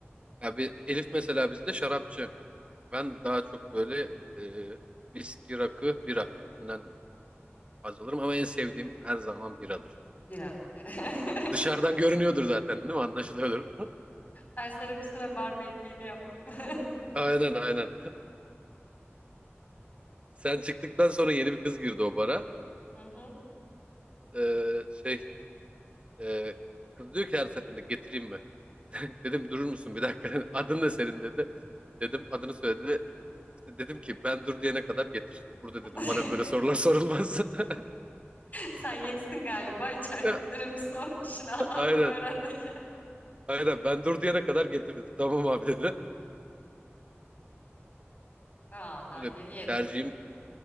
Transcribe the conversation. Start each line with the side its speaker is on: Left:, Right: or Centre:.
Right: Ya bir, bir Elif mesela bizde şarapçı. Ben daha çok böyle e, viski, rakı, bira. Bundan haz alırım ama en sevdiğim her zaman biradır.
Left: Bira. <laughs>
Right: Dışarıdan görünüyordur zaten değil mi? Anlaşılıyordur.
Left: Ben sana bir süre barmaidliğini yaptım. <laughs>
Right: <laughs> Aynen aynen. Sen çıktıktan sonra yeni bir kız girdi o bara.
Left: Hı hı.
Right: E, şey e, kız diyor ki her seferinde getireyim mi? <laughs> Dedim durur musun bir dakika. <laughs> Adın ne senin dedi. Dedim adını söyledi. İşte dedim ki ben dur diyene kadar getir. Burada
Left: <laughs>
Right: dedim bana böyle sorular sorulmaz. <laughs>
Left: Sen yenisin galiba. İçeridekilere
Right: Ya,
Left: bir sor. İşin adabını
Right: Aynen.
Left: öğren de
Right: Aynen ben dur diyene kadar getir dedim. Tamam abi dedi.
Left: Aa, daha
Right: Öyle
Left: yeni yetmiyor.
Right: tercihim